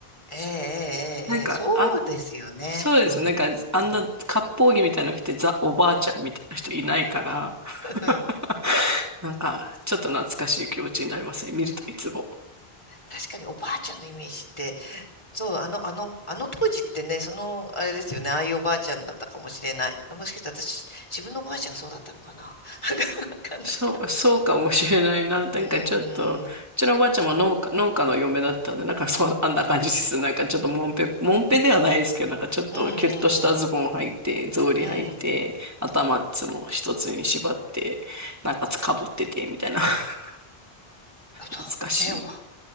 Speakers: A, on the left; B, on the right.
A: ええ、ええ、
B: なんか、
A: ええ、そうですよね。
B: あそうですよ。
A: うん。
B: なんか、あんな割烹着みたいなの着て、
A: うん。
B: ザ・おばあちゃんみたいな人いないから、
A: <laughs> うん
B: <laughs> なんか、ちょっと懐かしい気持ちになりますね。見るといつも。
A: 確かにおばあちゃんのイメージって、そう、あの、あの、あの当時ってね、その、あれですよね、ああいうおばあちゃんだったかもしれない。もしかして私、自分のおばあちゃんがそうだったのかな。<laughs> わかんないけど。
B: そう、そうかもしれないな。なんかちょっと、
A: うーん。
B: うちのおばあちゃんも農家、農家の嫁だったんで、なんかそう、あんな感じです。なんかちょっともんぺ、もんぺではないですけど、なんかちょっとキュッとしたズボン履いて、
A: うんうん
B: 草履履いて、
A: うん。うん。
B: 頭いつも一つに縛って、なんかつかぶってて、みたいな。<laughs>
A: そうね、
B: 懐かしい。
A: おば、